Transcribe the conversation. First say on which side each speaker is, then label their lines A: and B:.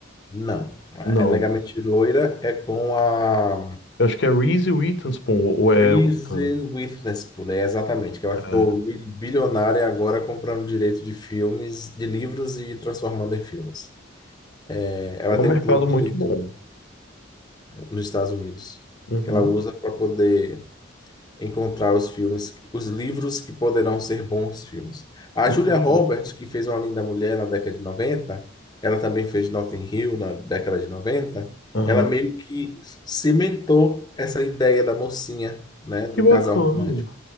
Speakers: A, on the left; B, on the left.
A: Não. É
B: Não.
A: Legalmente Loira é com a
B: Eu acho que é Reese Witherspoon ou ou
A: Reason
B: é outra.
A: Witherspoon, é exatamente, que ela
B: É,
A: ficou mil- bilionária agora comprando direito de filmes, de livros e transformando em filmes. É, Ela
B: é
A: tem
B: um mercado
A: um clube
B: muito
A: de leitura.
B: bom.
A: nos Estados Unidos,
B: Uhum,
A: que ela usa para poder encontrar os filmes, que- os livros que poderão ser bons filmes. A
B: entendi.
A: Julia Roberts, que fez Uma Linda Mulher na década de 90, ela também fez Notting Hill na década de 90,
B: Aham.
A: ela meio que cimentou essa ideia da mocinha, né, do
B: Que bacana.
A: casal romântico.